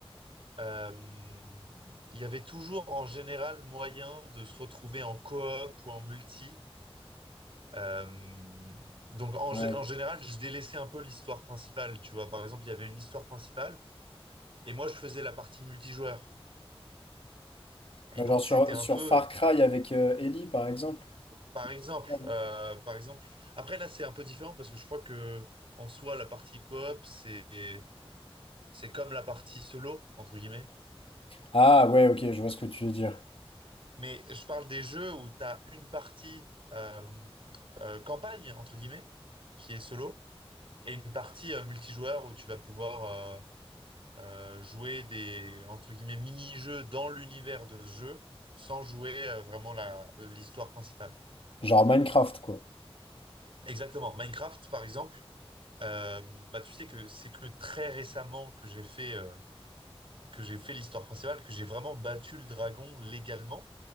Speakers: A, on the right (about 60°); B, on the left (about 65°).
A: euh, il y avait toujours en général moyen de se retrouver en coop ou en multi. Euh, donc en,
B: Ouais.
A: gé- en général, je délaissais un peu l'histoire principale, tu vois. Par exemple, il y avait une histoire principale et moi, je faisais la partie multijoueur. Et
B: Euh,
A: donc,
B: Genre sur,
A: c'était un
B: sur
A: peu,
B: Far Cry avec euh, Ellie, par exemple.
A: par exemple,
B: Ah, non.
A: euh, par exemple. Après, là, c'est un peu différent parce que je crois que en soi, la partie coop, c'est c'est comme la partie solo entre guillemets.
B: Ah, ouais, ok, je vois ce que tu veux dire.
A: Mais je parle des jeux où tu as une partie euh, euh, campagne entre guillemets qui est solo et une partie euh, multijoueur où tu vas pouvoir euh, euh, jouer des entre guillemets mini-jeux dans l'univers de ce jeu sans jouer euh, vraiment la l'histoire principale.
B: Genre Minecraft, quoi.
A: Exactement. Minecraft, par exemple, euh, bah tu sais que c'est que très récemment que j'ai fait euh, que j'ai fait l'histoire principale, que j'ai vraiment battu le dragon légalement,